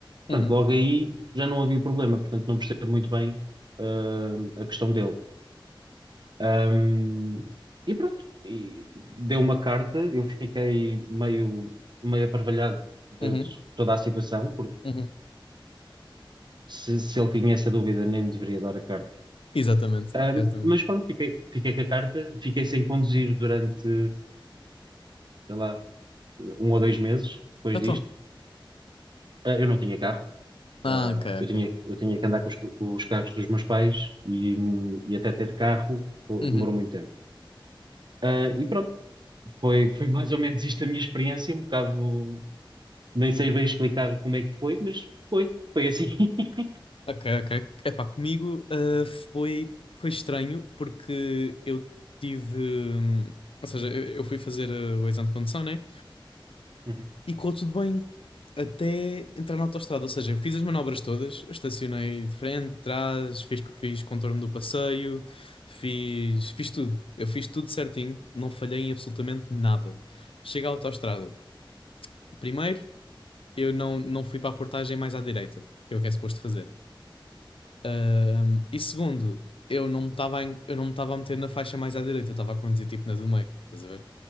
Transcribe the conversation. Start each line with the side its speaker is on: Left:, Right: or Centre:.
Right: Portanto,
Left: Uhum,
Right: logo aí já não havia problema, portanto não percebo muito bem ah, a questão dele. Ahm, e pronto, e deu uma carta, eu fiquei meio, meio aparvalhado de
Left: uhum,
Right: toda a situação, porque
Left: uhum.
Right: se, se ele tinha essa dúvida nem me deveria dar a carta.
Left: Exatamente,
Right: Ahm,
Left: exatamente.
Right: mas pronto, fiquei, fiquei com a carta, fiquei sem conduzir durante, sei lá, um ou dois meses depois
Left: Então.
Right: disto. Ah, eu não tinha carro
Left: Ah,
Right: Ah,
Left: ok,
Right: eu
Left: ok.
Right: tinha, eu tinha que andar com os, com os carros dos meus pais e, e até ter carro fo-
Left: Uhum.
Right: demorou muito tempo. Ah, e pronto, foi, foi mais ou menos isto a minha experiência, um bocado, nem sei bem explicar como é que foi, mas foi, foi assim. <laughs>
Left: Ok, ok. Epá, comigo ah, foi, foi estranho porque eu tive. hum, Ou seja, eu, eu fui fazer ah, o exame de condução, né?
Right: Uhum,
Left: E correu tudo bem até entrar na autoestrada. Ou seja, eu fiz as manobras todas, estacionei de frente, de trás, fiz, fiz contorno do passeio, fiz, fiz tudo. Eu fiz tudo certinho, não falhei em absolutamente nada. Cheguei à autoestrada. Primeiro. eu não, não fui para a portagem mais à direita, que é o que é suposto fazer. Ahm, e segundo, eu não me estava a en- eu não me estava a meter na faixa mais à direita, eu estava a conduzir tipo na do meio, estás a ver?